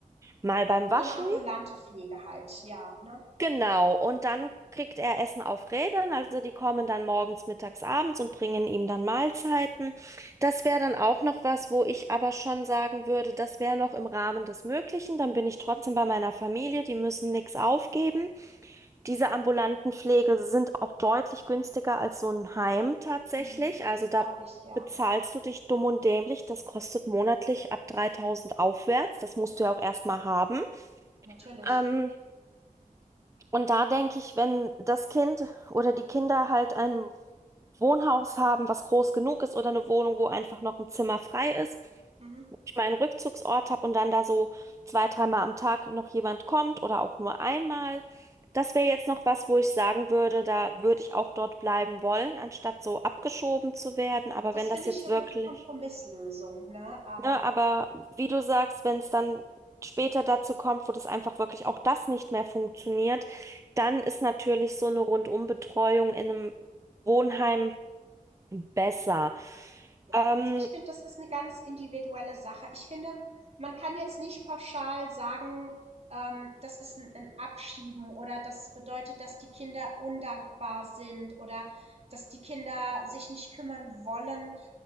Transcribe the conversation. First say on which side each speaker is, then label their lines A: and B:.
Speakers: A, on the right (about 20°); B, on the right (about 45°).
A: mal beim Waschen.
B: So eine ambulante Pflege halt, ja, ne?
A: Genau, und dann kriegt er Essen auf Rädern, also die kommen dann morgens, mittags, abends und bringen ihm dann Mahlzeiten. Das wäre dann auch noch was, wo ich aber schon sagen würde, das wäre noch im Rahmen des Möglichen. Dann bin ich trotzdem
B: Mhm.
A: bei meiner Familie, die müssen nichts aufgeben. Diese ambulanten Pflege sind auch deutlich günstiger als so ein Heim tatsächlich.
B: Mhm.
A: Also
B: Das glaube
A: da
B: ich, ja.
A: bezahlst du dich dumm und dämlich. Das kostet monatlich ab 3000 aufwärts. Das musst
B: Mhm.
A: du ja auch erstmal haben.
B: Natürlich.
A: Ähm, und da denke ich, wenn das Kind oder die Kinder halt ein Wohnhaus haben, was groß genug ist oder eine Wohnung, wo einfach noch ein Zimmer frei ist,
B: Mhm.
A: wo ich meinen Rückzugsort habe und dann da so zwei, dreimal am Tag noch jemand kommt oder auch nur einmal. Das wäre jetzt noch was, wo ich sagen würde, da würde ich auch dort bleiben wollen, anstatt so abgeschoben zu werden. Aber
B: Das
A: wenn
B: finde
A: das jetzt
B: ich eine
A: wirklich
B: gute Kompromisslösung, ne? Aber
A: Ne, aber wie du sagst, wenn es dann später dazu kommt, wo das einfach wirklich auch das nicht mehr funktioniert, dann ist natürlich so eine Rundumbetreuung in einem Wohnheim besser.
B: Ja,
A: Ähm,
B: also ich finde, das ist eine ganz individuelle Sache. Ich finde, man kann jetzt nicht pauschal sagen, ähm, das ist ein 'n Abschieben oder das bedeutet, dass die Kinder undankbar sind oder dass die Kinder sich nicht kümmern wollen.